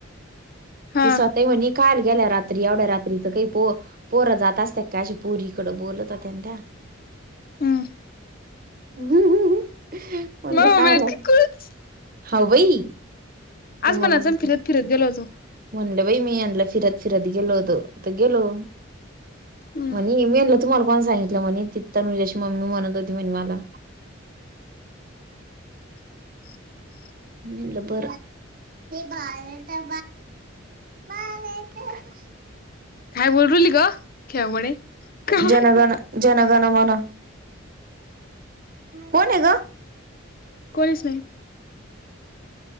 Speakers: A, on the left; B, on the right.
A: हा
B: त स्वतःही म्हणी काल गेल्या रात्री एवढ्या रात्रीच काही पो पोर जात असतात का अशी पोरीकड बोलत होत्या ना त्या
A: हम
B: ह म्हणलं
A: मग मम्मीला
B: काय आला
A: की कुच
B: हा बाई त्या
A: आज
B: म्हणत
A: मनाचा फिरत फिरत गेलो होतो
B: म्हणलं बाई मी आणलं फिरत फिरत गेलो होतो तर गेलो
A: हम्म
B: म्हणे मी म्हलं तू मला कोण सांगितलं म्हणे ति तर म्हणजे अशी मम्मी म्हणत होती म्हणे मला
A: ह
B: ब म बा बाळा बा <unintelligible>
A: काय बोल रुली ग खेळगडे काय
B: जनगण जनगण म्हन कोण आहे ग
A: कोणीच नाही.